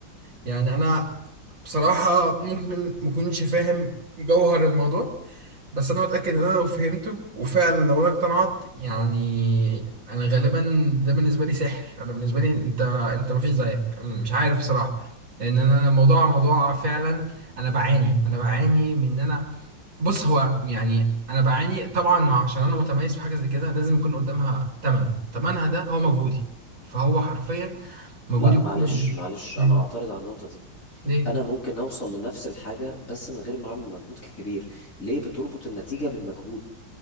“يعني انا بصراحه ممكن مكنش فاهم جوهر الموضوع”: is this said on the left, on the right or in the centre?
Right